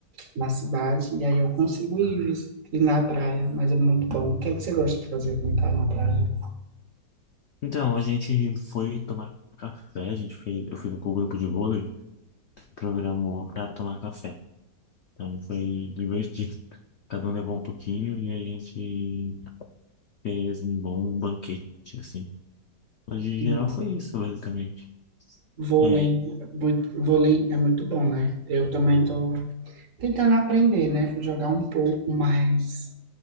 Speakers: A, on the right; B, on the left.
A: na cidade, e aí eu consigo ir, vis- ir na praia, mas é muito bom. O que é que você gosta de fazer quando tá na praia?
B: Então, a gente foi tomar café, a gente fez, eu fui com o grupo de vôlei, programou pra tomar café. Então foi divertido. Cada um levou um pouquinho e a gente fez um bom banquete, assim. Mas de
A: E
B: geral foi isso, basicamente.
A: vôlei,
B: É,
A: muito- vôlei é muito bom, né? Eu também tô tentando aprender, né? Fui jogar um pouco, mas